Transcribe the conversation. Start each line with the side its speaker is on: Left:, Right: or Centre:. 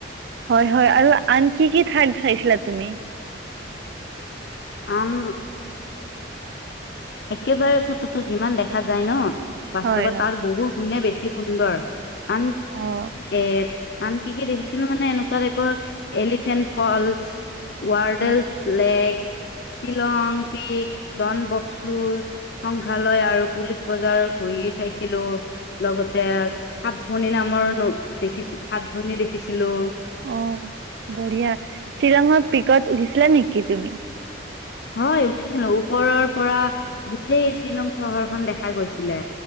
Right: হয় হয় আৰু আন কি কি ঠাইত চাইছিলা তুমি?
Left: আন একেবাৰে ফটোতটো যিমান দেখা যায় ন বাস্তৱত
Right: হয় হয়
Left: তাৰ বহুত গুণে বেছি সুন্দৰ। আন
Right: অ
Left: এ আনকি কি দেখিছিলো মানে এনেকুৱা টাইপৰ এলিফেণ্ট ফলচ। Wards
Right: হয়
Left: lake. Shillong peak Don বক্সু সংগ্ৰালয় আৰু পুলিচ বজাৰ ঘূৰি চাইছিলো লগতে সাত ভনী নামৰ ন দেখিছিল সাত ভনী দেখিছিলো।
Right: অ বঢ়িয়া শ্বিলঙত, পিকত উঠিছিলা নেকি তুমি?
Left: হয় উঠিছিলো ওপৰৰ পৰা গোটেই শ্বিলং চহৰখনন দেখা গৈছিলে।